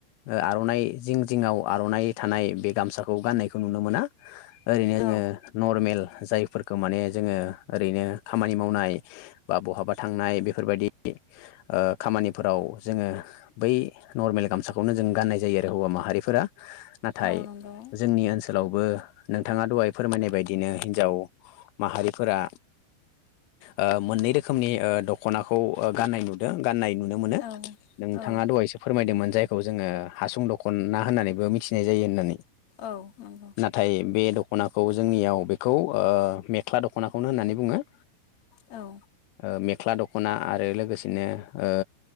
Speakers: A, on the left (about 85°); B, on the left (about 65°).
A: ओ आर'नाइ जिं जिङाव आर'नाइ थानाय बे गामसाखौ गानो खौ नुनो मोना ओरैनो
B: औ
A: जोङो नर्मेल जायफोरखौ माने जोङो ओरैनो खामानि मावनाय बा बहाबा थांनाय बेफोरबायदि ओ खामानिफोराव जोङो बै नर्मेल गामसाखौनो जों गाननाय जायो आरो हौवा माहारिफोरा। नाथाय
B: औ नंगौ
A: जोंनि ओनसो लावबो नोंथाङा दहाय फोरमायनाय बायदिनो हिनजाव माहारिफोरा ओ मोननै रोखोमनि ओ दख'नाखौ ओ गाननाय नु ओ गाननाय नुनो मोनो
B: औ
A: नोंथाङा
B: औ
A: दहायसो फोरमायदोंमोन जायखौ जोङो हासुं दखनना होननानैबो मिथिनाय जायो होननानै।
B: औ नोंगौ
A: नाथाय बे दख'नाखौ जोंनियाव बेखौ ओ मेख्ला दख'नाखौनो होननानै बुङो।
B: औ
A: ओ मेख्ला दख'ना आरो लोगोसेनो ओ